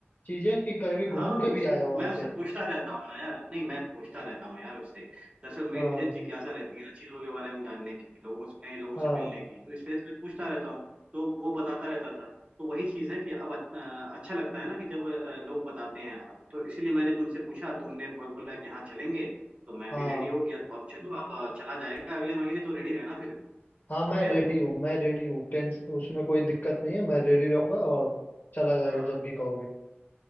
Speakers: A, on the left; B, on the right.
A: चीजें कि कभी घूम
B: हाँ
A: के
B: उससे
A: भी आए हो वहां
B: मैं
A: से
B: उससे पूछता रहता हूँ ना यार नहीं मैं पूछता रहता हूँ यार उससे दरअसल मैं
A: हाँ
B: मुझे जिज्ञासा रहती है ना चीज़ों के बारे में जानने की लोगों से नए लोगों
A: हाँ
B: से मिलने की तो इस वजह से मैं पूछता रहता हूँ तो वो बताता रहता था तो वही चीज़ है कि अब अ, अच्छा लगता है ना कि जब अ, लोग बताते हैं तो इसीलिए मैंने तुमसे पूछा तुमने बोल- बोला कि हाँ चलेंगे तो मैं
A: हाँ
B: भी रेडी हो गया तो अब चलो अब अ, चला जाएगा अगले महीने तो रेडी रहना फिर
A: हाँ
B: ठीक
A: मैं
B: है
A: रेडी हूँ मैं रेडी हूँ टेंस उसमें कोई दिक्कत नहीं है मैं रेडी रहूंगा और चला जाएगा
B: हाँ
A: जब भी कहोगे